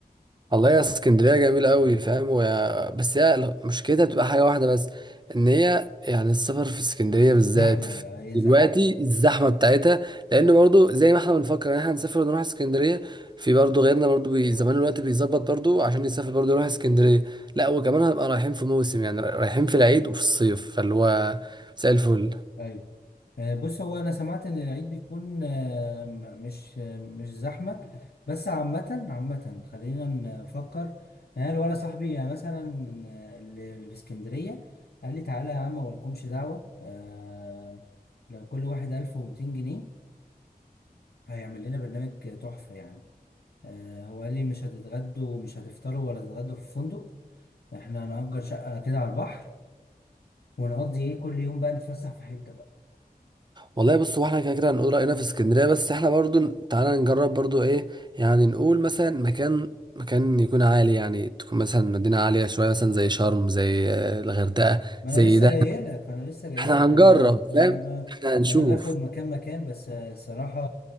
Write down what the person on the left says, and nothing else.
زحمه
لا هي
زحمه
ايوه آه، بص هو انا سمعت ان العيد بيكون آه، م- مش آه، مش زحمه بس عامه عامه خلينا نفكر يعني أنا ولا صاحبي يعني مثلا آه، اللي اللي في اسكندريه قال لي تعالى يا عم مالكمش دعوه آه، لو كل واحد 1200 جنيه هيعمل لنا برنامج تحفه يعني آه، هو قال لي مش هتتغدوا مش هتفطروا ولا تتغدوا في فندق احنا هنأجر شقه كده على البحر ونقضي ايه كل يوم بقى نتفسح في حته بقى
ما
انا لسه
جاي لك انا لسه جاي
لك
انا
انا ب...
انا باخد مكان مكان بس آه، الصراحه